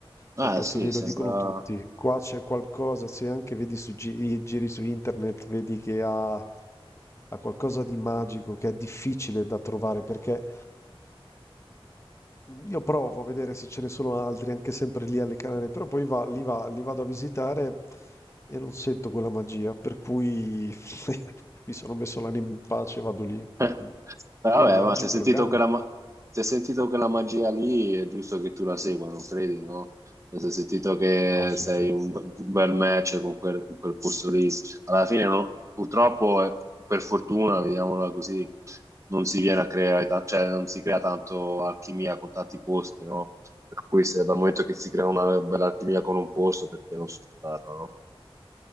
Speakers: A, on the right; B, on the left.
A: Ah
B: Quel posto
A: sì,
B: lì
A: sembra...
B: lo dicono tutti. Qua c'è qualcosa, se anche vedi su gi- giri su internet, vedi che ha, ha qualcosa di magico che è difficile da trovare perché io provo a vedere se ce ne sono altri, anche sempre lì alle Canarie, però poi va- li, va- li vado a visitare e non sento quella magia, per cui <laughs> mi sono messo l'anima in pace e vado lì.
A: Eh,
B: Mm.
A: Vabbè,
B: Tu hai viaggi
A: ma se
B: in
A: hai
B: programma?
A: sentito quella, ma- se hai sentito quella magia lì, è giusto che tu la segua, non credi, no? Se hai sentito che
B: Ah, sì,
A: sei
B: sì.
A: un, be- un bel match con quel, con quel posto lì, alla fine, no- purtroppo, eh, per fortuna, vediamola così, non si viene a creare, ta- cioè non si crea tanto alchimia con tanti posti, no? Per cui se dal momento che si crea una bella alchimia con un posto, perché non sfruttarla, no?